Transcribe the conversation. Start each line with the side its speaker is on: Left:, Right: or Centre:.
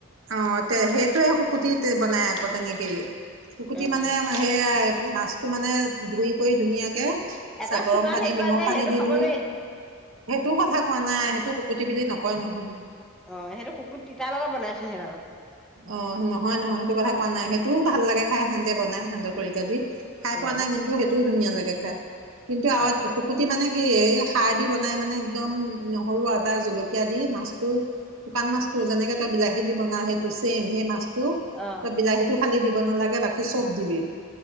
Right: অ তে সেইটোয়ে শুকুতি বনাই আকৌ তেনেকে কে শুকুতি
Centre: উম।
Right: মানে সে আই মাছটো মানে ধুই কৰি ধুনীয়াকে
Centre: এটা
Right: চা গৰম
Centre: চুঙাত
Right: পানী
Centre: হেৰি
Right: নিমখ
Centre: কৰে যে
Right: পানী
Centre: সেইটো
Right: দি
Centre: খাব
Right: ধুই
Centre: নোৱাৰি
Right: সেইটো কথা কোৱা নাই সেইটো শুকুতি বুলি নকয় নহয়
Centre: অ সেইটো শুকু তিতাৰ লগত বনাইচোন সেইডালে
Right: অ নহয় নহয় সেইটো কথা কোৱা নাই সেইটোও ভাল লাগে খাই সেনতে বনাই সেনত তৰিকা দি খাই
Centre: অ
Right: পোৱা নাই কিন্তু সেইটোও ধুনীয়া লাগে খায় কিন্তু আ
Centre: অ
Right: শুকুতি মানে- কি এই সাৰ দি বনাই মানে একদমম নহৰু আদা জলকীয়া দি মাছটো শুকান মাছটো যেনেকে তই বিলাহী দি বনা সেই- ত চেম সেই মাছ টো
Centre: অ
Right: ত বিলাহীটোত খালী দিব নালাগে বাকী চব দিবিম